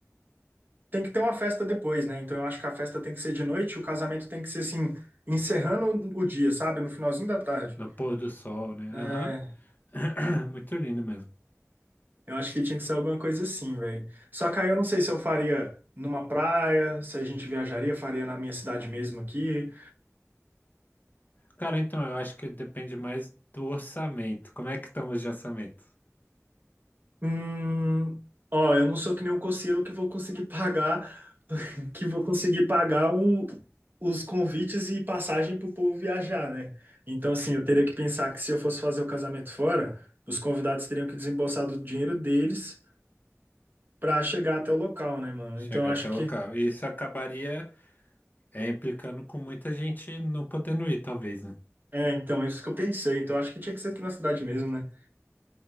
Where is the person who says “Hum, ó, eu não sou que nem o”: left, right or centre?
Right